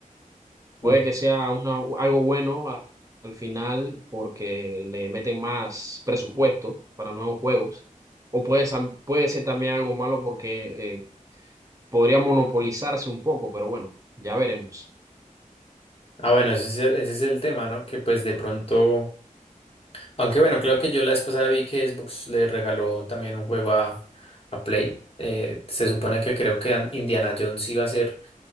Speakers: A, on the left; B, on the right.
A: Uf.
B: Puede que sea una- algo bueno a- al final porque le meten más presupuesto para nuevos juegos, o puede, sam- puede ser también algo malo porque eh, podría monopolizarse un poco, pero bueno, ya veremos.
A: Ah, bueno, ese es, el- ese es el tema, ¿no? Que pues de pronto. Aunque bueno, claro que yo la vez pasada vi que Xbox le regaló también un juego a, a Play. Eh, se supone que creo que an- Indiana Jones iba a ser